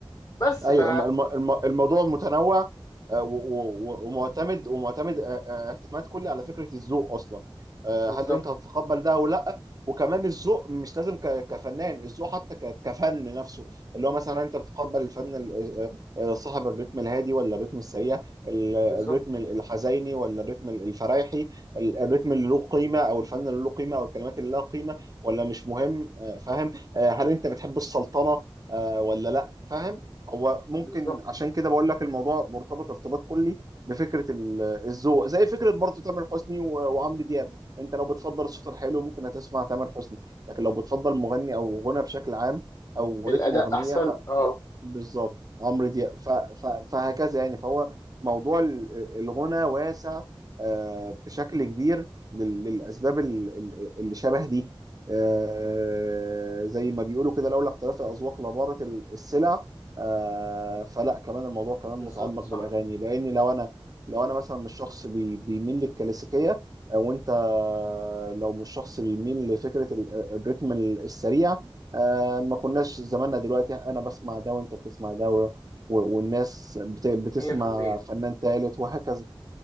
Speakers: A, on the left (about 35°); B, on the right (about 40°).
A: بس
B: ايوه
A: ف
B: الم... الم... الم... الموضوع متنوع آه، و... و... ومعتمد ومعتمد آه، آه، اعتماد كلي على فكره الذوق اصلا آه،
A: بالظبط
B: هل انت هتتقبل ده او لا وكمان الذوق مش لازم ك... كفنان الذوق حتى ك... كفن نفسه اللي هو مثلا انت بتقبل الفن ال- آه، آه، صاحب الريتم الهادي ولا الريتم السريع ال- الريتم
A: بالظبط
B: الحزيني ولا الريتم الفرايحي ال- الريتم اللي له قيمه او الفن اللي له قيمه او الكلمات اللي لها قيمه ولا مش مهم آه، فاهم آه، هل انت بتحب السلطنه آه، ولا لا فاهم هو ممكن
A: بالظبط
B: عشان كده بقول لك الموضوع مرتبط ارتباط كلي بفكره ال- الذوق زي فكره برضه تامر حسني و- وعمرو دياب انت لو بتفضل الصوت الحلو ممكن هتسمع تامر حسني لكن لو بتفضل مغني او غنى بشكل عام او
A: الاداء
B: رتم اغنيه
A: احسن اه
B: بالظبط عمرو دياب ف... ف... فهكذا يعني فهو موضوع ال- الغنى واسع آه، بشكل كبير لل- للأسباب ال- ال- اللي شبه دي آه، زي ما بيقولوا كده لولا اختلاف الأذواق لبارت ال- السلع آه، فلا كمان الموضوع كمان
A: بالظبط
B: متعلق
A: صح
B: بالأغاني لأن لو أنا لو أنا مثلا مش شخص بي... بيميل للكلاسيكية آه، وأنت لو مش شخص بيميل لفكرة ال- الريتم السريع آه، ما كناش زماننا دلوقتي انا بسمع ده وانت بتسمع ده و... و... والناس بت... بتسمع
A: 100%
B: فنان تالت وهكذا